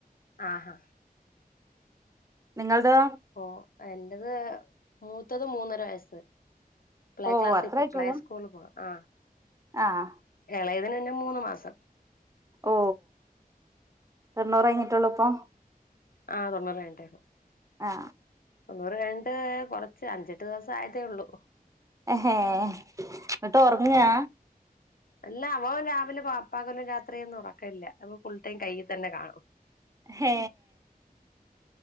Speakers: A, on the left (about 65°); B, on the right (about 20°).
A: ആഹാ
B: നിങ്ങളതോ
A: ഓ എന്റത് മൂത്തത് മൂന്നര വയസ്സ് പ്ലേ
B: ഓ
A: ക്ലാസ്സിൽ
B: അത്രേ
A: പോ
B: ആയിട്ടുള്ളൂ
A: പ്ലേ സ്കൂളിൽ പോക ആ
B: ആഹ്
A: ഇളയതിന് പിന്നെ മൂന്ന് മാസം
B: ഓ എണ്ണ്ണൂറ് കഴിഞ്ഞിട്ടള്ളൂ ഇപ്പൊ
A: ആ തൊണ്ണൂറ് രണ്ടേക്കോ
B: ആ
A: തൊണ്ണൂറ് കഴിഞ്ഞട്ട് കുറച്ച് അഞ്ചെട്ട് ദിവസം ആയതേ ഉള്ളൂ
B: ഹേ എന്നിട്ട് ഉറങ്ങാ
A: അല്ല അവൻ രാവിലെ പപ്പാകലും രാത്രിയൊന്നും ഉറക്ക ഇല്ല അപ്പൊ ഫുൾ ടൈം കയ്യിൽ തന്നെ കാണും
B: ഹെ